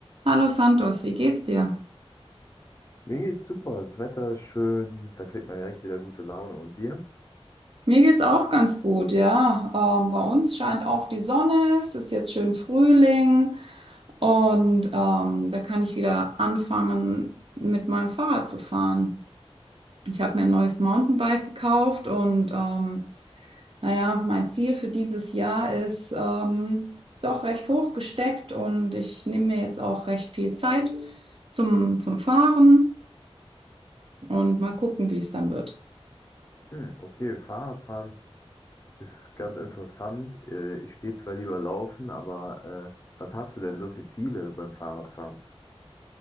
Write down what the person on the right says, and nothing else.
Hallo Santos, wie geht's dir?
Mir geht's auch ganz gut, ja. Ähm, bei uns scheint auch die Sonne, es ist jetzt schön Frühling und ähm, da kann ich wieder anfangen, mit meinem Fahrrad zu fahren. Ich habe mir ein neues Mountainbike gekauft und ähm, naja, mein Ziel für dieses Jahr ist ähm, doch recht hoch gesteckt und ich nehme mir jetzt auch recht viel Zeit zum, zum Fahren und mal gucken, wie es dann wird.